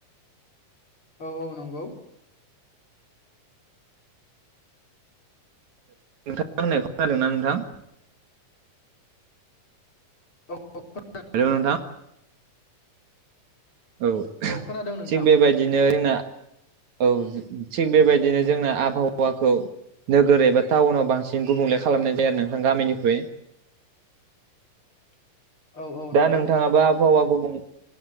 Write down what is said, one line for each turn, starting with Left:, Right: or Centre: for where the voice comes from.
Left: औ औ नंगौ।
Right: नोंथां आं होननायखौ खोनादों ना नोंथां?
Left: अ <unintelligible>
Right: हेल' नोंथां? औ
Left: खोनादों नोंथां
Right: थिग बेबायदिनो जोंना औ थिग बेबायदिनो जोंना आबहावाखौ नोगोर एबा टाउनाव बांसिन गुबुंले खालामनाय जाया नोंथां गामिनिख्रुइ।
Left: <unintelligible> नंगौ
Right: दा नोंथाङाबो आबहावा गुबुं